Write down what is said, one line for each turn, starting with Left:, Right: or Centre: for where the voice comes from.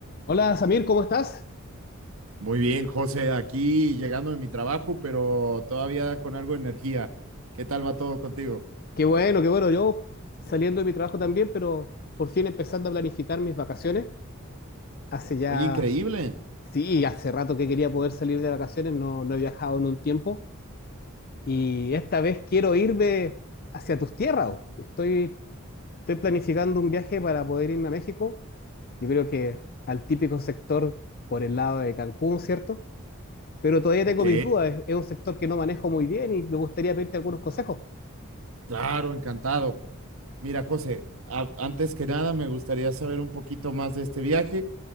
Left: Hola Samir, ¿cómo estás?
Right: Muy bien, José, aquí llegando de mi trabajo, pero todavía con algo de energía. ¿Qué tal va todo contigo?
Left: Qué bueno, qué bueno. Yo saliendo de mi trabajo también, pero por fin empezando a planificar mis vacaciones. Hace ya,
Right: Oye, increíble.
Left: sí, hace rato que quería poder salir de vacaciones, no, no he viajado en un tiempo y esta vez quiero irme hacia tus tierras. Estoy, estoy planificando un viaje para poder irme a México. Yo creo que al típico sector por el lado de Cancún, ¿cierto? Pero todavía tengo
Right: Ok,
Left: mis dudas. Es, es un sector que no manejo muy bien y me gustaría pedirte algunos consejos.
Right: claro, encantado. Mira, José, a- antes que nada me gustaría saber un poquito más de este viaje.